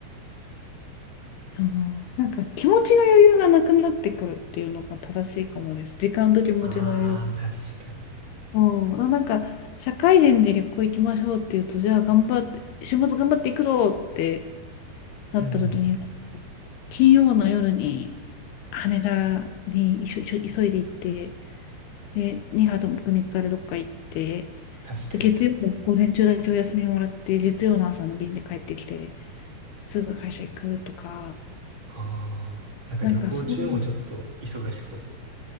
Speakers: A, on the left; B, on the right.
A: その、なんか気持ちの余裕がなくなってくるっていうのが正しいかもです。時間と気持ちの余裕が。
B: ああ、確かに。
A: そう、ななんか、社会人で旅行行きましょうっていうと、じゃあ頑張って、週末頑張っていくぞってなった時に、
B: うんうん。
A: 金曜の夜に羽田に急い急いで行って、で、2泊3日でどっか行って、
B: 確かに確かに。
A: で、月曜の午前中だけお休みをもらって、月曜の朝の便で帰ってきて、すぐ会社行くとか、
B: ああ。なんか旅行中もちょっと忙しそ
A: なんかそう、